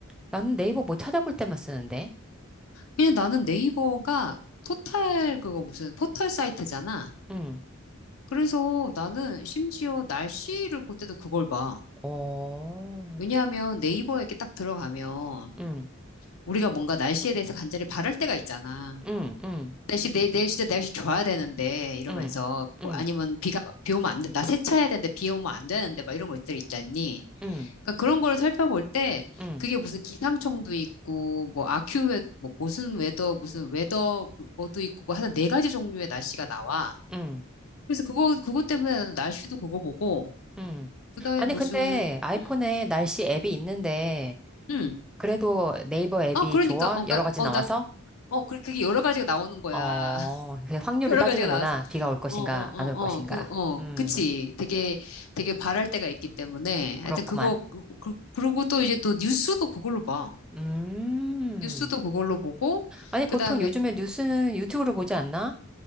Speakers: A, in the centre; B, on the left (about 90°).
A: 나는 네이버 뭐 찾아볼 때만 쓰는데.
B: 그냥 나는 네이버가 포털 그거 무슨 포털 사이트잖아.
A: 응.
B: 그래서 나는 심지어 날씨를 볼 때도 그걸 봐.
A: 어,
B: 왜냐하면 네이버에 이렇게 딱 들어가면
A: 응.
B: 우리가 뭔가 날씨에 대해서 간절히 바랄 때가 있잖아.
A: 응. 응.
B: 날씨 내, 내일 진짜 날씨 좋아야 되는데 이러면서
A: 응. 응.
B: 뭐 아니면 비가 비 오면 안 돼. 나 세차해야 되는데 비 오면 안 되는데 막 이런 것들 있잖니.
A: 응.
B: 그러니까 그런 거를 살펴볼 때
A: 응.
B: 그게 무슨 기상청도 있고 뭐 아큐웨 뭐 무슨 웨더 무슨 웨더 뭐, 뭐도 있고 뭐 하여튼 네 가지 종류의 날씨가 나와.
A: 응.
B: 그래서 그거 그것 때문에 나는 날씨도 그거 보고
A: 응.
B: 그다음에
A: 아니,
B: 무슨
A: 근데 아이폰에
B: 음,
A: 날씨 앱이 있는데,
B: 음.
A: 그래도 네이버 앱이
B: 어 그러니까
A: 좋아?
B: 어 그러니까
A: 여러 가지
B: 어나어
A: 나와서?
B: 그 그게 여러 가지가 나오는 거야.
A: 어,
B: <laughs>
A: 그 확률을
B: 여러
A: 따지는구나.
B: 가지가 나와서
A: 비가 올 것인가,
B: 어, 어, 어,
A: 안 올 것인가.
B: 어, 그, 어,
A: 음,
B: 그치. 되게, 되게 바랄 때가 있기 때문에. 하여튼
A: 그렇구만.
B: 그거, 그, 그- 그러고 또 이제 또 뉴스도 그걸로 봐.
A: 음.
B: 뉴스도 그걸로 보고,
A: 아니, 보통
B: 그 다음에,
A: 요즘에 뉴스는 유튜브로 보지 않나?